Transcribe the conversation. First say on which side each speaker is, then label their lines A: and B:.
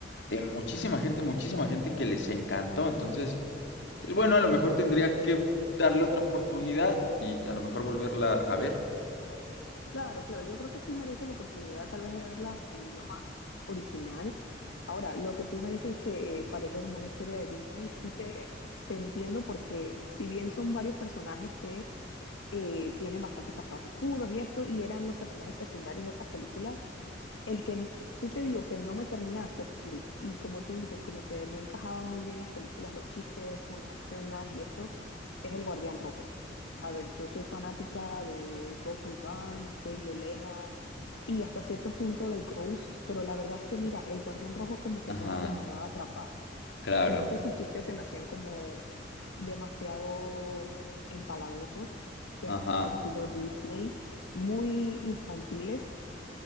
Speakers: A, on the left; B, on the left.
A: de muchísima gente, muchísima gente que les encantó. Entonces, pues bueno, a lo mejor tendría que darle otra oportunidad y a lo mejor volverla a ver.
B: Claro, claro, yo creo que sí merece la oportunidad tal vez de verla en el idioma original. Ahora, lo que tú me dices que eh, parece como una historia de Disney, sí te, te entiendo porque si bien son varios personajes que eh, tienen bastantes pasados oscuros y esto, y eran los personajes secundarios de otras películas, el que sí te digo que no me termina de hacer clic y como tú dices, como que no encajaba muy bien las películas, los chistes con las escenas y esto, es El Guardián Rojo. A ver, yo soy fanática de Bucky Barnes, de Yelena y hasta cierto punto de Ghost, pero la verdad es que mira, El Guardián Rojo como que
A: Ajá,
B: no me terminó de atrapar,
A: claro.
B: sino que sus chistes se me hacían como demasiado empalagosos, demasiado
A: Ajá,
B: estilo Disney, muy infantiles